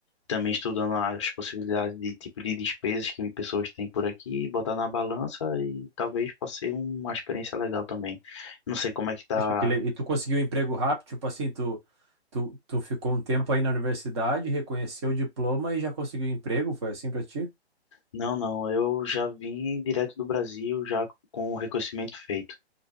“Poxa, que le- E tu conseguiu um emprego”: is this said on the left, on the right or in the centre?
Right